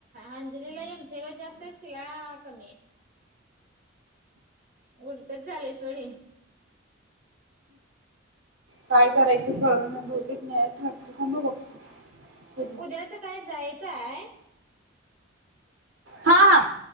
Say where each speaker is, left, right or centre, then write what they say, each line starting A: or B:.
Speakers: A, on the right; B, on the right.
A: अंजलीला एमचेला जास्त तिला कमी आहे. उलटच झाले स वोडे
B: काय करायचं कळ ना ब एक न्यायाच वाटत थांभ बघतो.
A: त्याच काय जाय. काय?
B: हा हा